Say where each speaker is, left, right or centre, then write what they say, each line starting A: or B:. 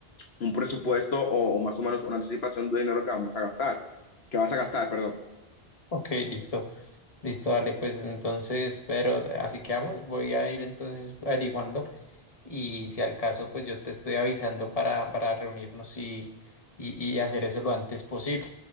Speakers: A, on the left; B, on the left.
A: un presupuesto o, o más o menos una anticipación de dinero que vamos a gastar, que vas a gastar, perdón.
B: Ok, listo. Listo, dale, pues entonces, pero así quedamos. Voy a ir entonces averiguando y si al caso, pues yo te estoy avisando para, para reunirnos y, y, y hacer eso lo antes posible.